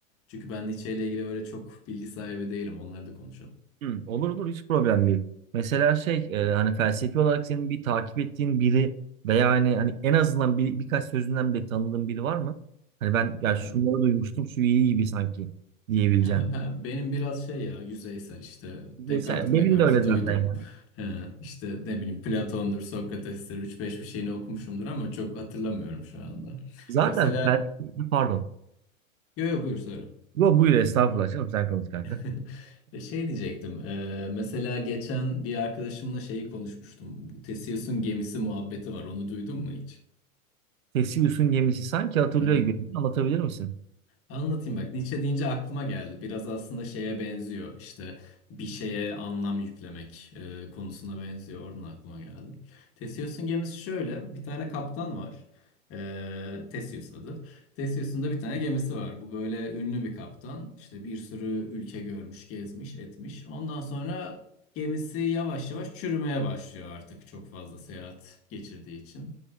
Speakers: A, on the left; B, on the right.
A: Çünkü ben Nietzsche ile ilgili öyle çok bilgi sahibi değilim. Onları da konuşalım.
B: Hı, olur olur hiç problem değil. Mesela şey e, hani felsefi olarak senin bir takip ettiğin biri veya hani, hani en azından bir, birkaç sözünden bile tanıdığın biri var mı? Hani ben ya
A: Yani
B: şunları duymuştum şu iyi gibi sanki diyebileceğim.
A: <laughs> Ben, benim biraz şey ya yüzeysel işte
B: Mesela
A: Descartes'i
B: benim
A: Mekart'ı
B: de öyle zaten
A: duydum.
B: ya.
A: Ee, işte ne bileyim Platon'dur, Sokrates'tir üç beş bir şeyini okumuşumdur ama çok hatırlamıyorum şu anda.
B: Zaten
A: Mesela
B: felsefi pardon.
A: yo yo buyur söyle.
B: Yo buyur estağfurullah canım sen konuş kanka.
A: <laughs> Ve Şey diyecektim ee, mesela geçen bir arkadaşımla şeyi konuşmuştum. Bu Theseus'un gemisi muhabbeti var onu duydun mu hiç?
B: Theseus'un gemisi sanki hatırlıyor
A: <laughs>
B: gibi. Anlatabilir misin?
A: Anlatayım bak Nietzsche deyince aklıma geldi. Biraz aslında şeye benziyor işte bir şeye anlam yüklemek e, konusuna benziyor. Oradan aklıma geldi. Theseus'un gemisi şöyle bir tane kaptan var. E, Theseus adı. Theseus'un da bir tane gemisi var. Bu böyle ünlü bir kaptan. İşte bir sürü ülke görmüş, gezmiş, etmiş. Ondan sonra gemisi yavaş yavaş çürümeye başlıyor artık çok fazla seyahat geçirdiği için.